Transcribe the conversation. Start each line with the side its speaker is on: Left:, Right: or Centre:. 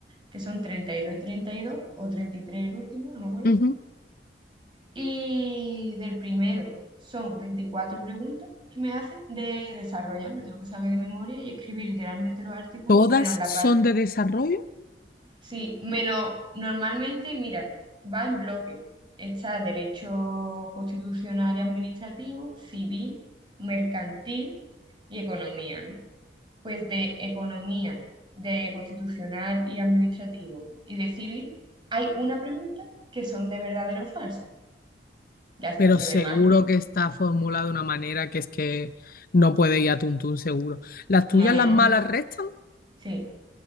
Right: que son 32 y 32, o 33 el último, no me acuerdo.
Left: ujú.
Right: Y del primero son 24 preguntas que me hacen de desarrollar, me tengo que saber de memoria y escribir literalmente los artículos,
Left: Todas
Right: menos la parte
Left: son de desarrollo,
Right: Sí, menos normalmente, mira, va en bloque. Está derecho constitucional y administrativo, civil, mercantil y economía, ¿no? Pues de economía, de constitucional y administrativo y de civil, hay una pregunta que son de verdadero o falso. Ya está,
Left: pero
Right: lo
Left: seguro
Right: demás,
Left: que está formulada de una manera que es que no puede ir a tuntún seguro. Las tuyas,
Right: no, no,
Left: las
Right: no.
Left: malas restan,
Right: Sí,